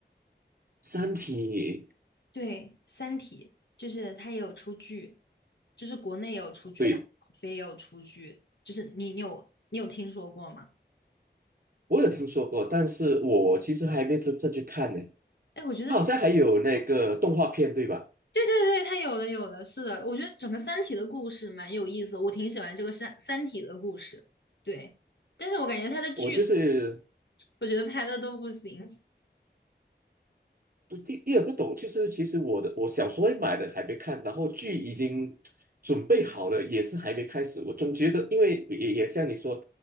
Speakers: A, on the right (about 50°); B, on the left (about 70°).
A: 《三体》
B: 对，《三体》就是他也有出剧，就是国内也有出剧，
A: 对
B: 然后网飞也有出剧，就是你你有你有听说过吗？
A: 我有听说过，但是我其实还没真正去看呢。
B: 哎，我觉得
A: 他好像还有那个动画片，对吧？
B: 对对对，它有的有的，是的，我觉得整个《三体》的故事蛮有意思的，我挺喜欢这个三《三体》的故事。对，但是我感觉它的剧，
A: 我就是
B: 我觉得拍的都不行。
A: 不第一也不懂，就是其实我的我小时候会买的还没看，然后剧已经准备好了，也是还没开始。我总觉得，因为也也像你说